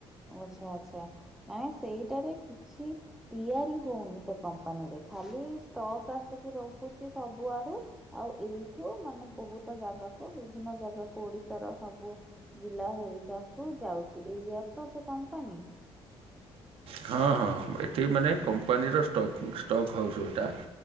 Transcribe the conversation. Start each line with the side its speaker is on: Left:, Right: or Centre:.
Centre: ଆଚ୍ଛା ଆଚ୍ଛା ମାନେ ସେଇଟାରେ କିଛି‌ ତିଆରି ହଉନି ସେ କମ୍ପାନୀରେ ଖାଲି ଷ୍ଟକ୍ ଆସିକି ରହୁଛି ସବୁଆଡୁ଼। ଆଉ ଏଇଠୁ ମାନେ ବହୁତ ଜାଗାକୁ ବିଭିନ୍ନ ଜାଗାକୁ ଓଡ଼ିଶାର ସବୁ ଜିଲ୍ଲା ହେରିକା କୁ ଯାଉଛି ଏଇଆ ତ ସେ କମ୍ପାନୀ।
Right: ହଁ ହଁ ଏଠି ମାନେ କମ୍ପାନୀର ଷ୍ଟକ୍ ଷ୍ଟକ୍ ହାଉସ୍ ଏଇଟା।